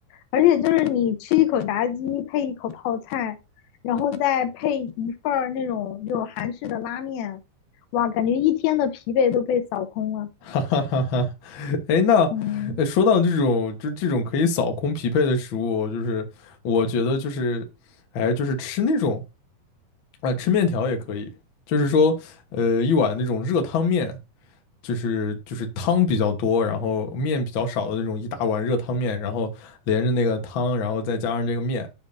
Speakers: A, on the left; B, on the left.
A: 而且就是你吃一口炸鸡配一口泡菜，然后再配一份儿那种就韩式的拉面，哇，感觉一天的疲惫都被扫空了。
B: <laughs> 哈哈哈哈，哎，那
A: 嗯
B: 呃说到这种，就这种可以扫空疲惫的食物，就是我觉得就是，哎，就是吃那种啊、吃面条也可以，就是说，呃，一碗那种热汤面，就是就是汤比较多，然后面比较少的那种一大碗热汤面，然后连着那个汤，然后再加上这个面，